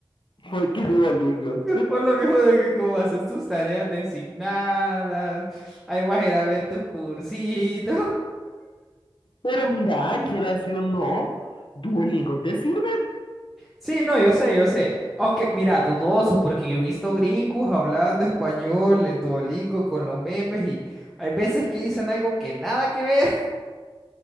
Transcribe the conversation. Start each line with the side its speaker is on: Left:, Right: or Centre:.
Left: Porque Duolingo.
Centre: Por lo mismo de que como haces tus tareas designadas, ahí vas a ir a ver tus cursitos.
Left: Pero mira,
Centre: <laughs>
Left: quieras sí o no, Duolingo te sirve.
Centre: Sí, no, yo sé, yo sé. Aunque, mira, dudoso, porque yo he visto gringos hablando español en Duolingo con los memes y hay veces que dicen algo que nada que ver. <laughs>